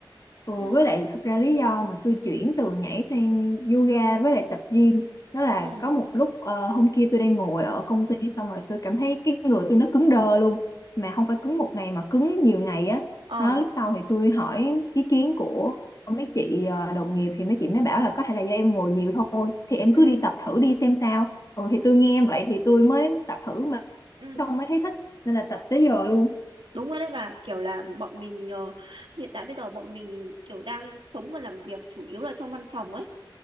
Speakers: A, on the left (about 45°); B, on the right (about 85°).
A: Ừ,
B: ừ
A: với lại thật ra lý do mà tôi chuyển từ nhảy sang yoga với lại tập gym đó là
B: ừ
A: có một lúc ờ, hôm kia tôi đang ngồi ở công ty xong rồi tôi cảm thấy cái người tôi nó cứng đơ luôn mà không phải cứng một ngày mà cứng nhiều ngày á
B: ờ
A: đó lúc sau thì tôi hỏi ý kiến của mấy chị ờ, đồng nghiệp thì mấy chị mới bảo là có thể là do em ngồi nhiều thôi thì em
B: ừ
A: cứ đi tập thử đi xem sao ừ, thì tôi nghe vậy thì tôi mới tập thử mà
B: ừ
A: xong mới thấy thích nên là tập tới giờ luôn
B: đúng rồi đấy bà kiểu là bọn mình ờ, hiện tại bây giờ bọn mình kiểu đang sống và làm việc chủ yếu là trong văn phòng ấy